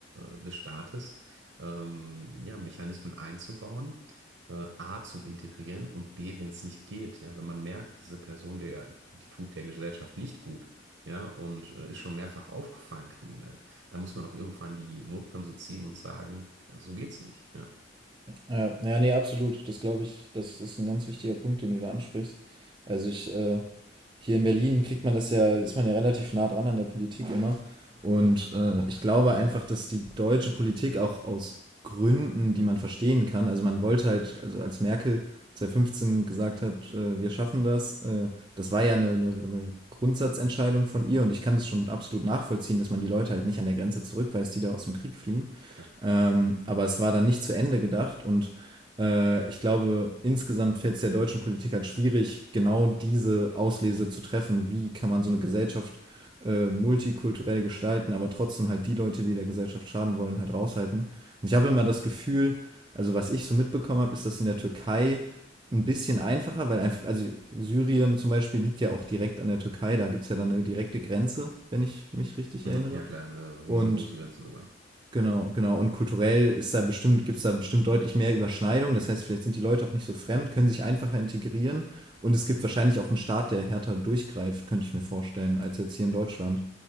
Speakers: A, on the right; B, on the right.
A: äh, des Staates, ähm, ja, Mechanismen einzubauen äh, A zum Integrieren und B, wenn es nicht geht, ja, wenn man merkt, diese Person, der, die tut der Gesellschaft nicht gut, ja, und äh, ist schon mehrfach aufgefallen, kriminell, da muss man auch irgendwann die Notbremse ziehen und sagen, äh, so geht's nicht, ja,
B: Ja, ja, nee, absolut. Das glaube ich, das ist ein ganz wichtiger Punkt, den du da ansprichst. Also ich, äh, hier in Berlin kriegt man das ja, ist man ja relativ nah dran an der Politik immer. Und äh, ich glaube einfach, dass die deutsche Politik auch aus Gründen, die man verstehen kann, also man wollte halt, also als Merkel 2015 gesagt hat, äh, wir schaffen das, äh, das war ja eine, eine, eine Grundsatzentscheidung von ihr und ich kann das schon absolut nachvollziehen, dass man die Leute halt nicht an der Grenze zurückweist, die da aus dem Krieg fliehen.
A: klar.
B: Ähm, aber es war dann nicht zu Ende gedacht und äh, ich glaube, insgesamt fällt es der deutschen Politik halt schwierig, genau diese Auslese zu treffen. Wie kann man so eine Gesellschaft äh, multikulturell gestalten, aber trotzdem halt die Leute, die der Gesellschaft schaden wollen, halt raushalten. Und ich habe immer das Gefühl, also was ich so mitbekommen habe, ist das in der Türkei ein bisschen einfacher, weil einfach, also Syrien zum Beispiel liegt ja auch direkt an der Türkei, da gibt es ja dann eine direkte Grenze, wenn ich mich richtig
A: Mhm,
B: erinnere.
A: ja, klar, eine
B: Und
A: riesengroße Grenze sogar.
B: Genau, genau. Und kulturell ist da bestimmt, gibt's da bestimmt deutlich mehr Überschneidung. Das heißt, vielleicht sind die Leute auch nicht so fremd, können sich einfacher integrieren. Und es gibt wahrscheinlich auch einen Staat, der härter durchgreift, könnte ich mir vorstellen, als jetzt hier in Deutschland.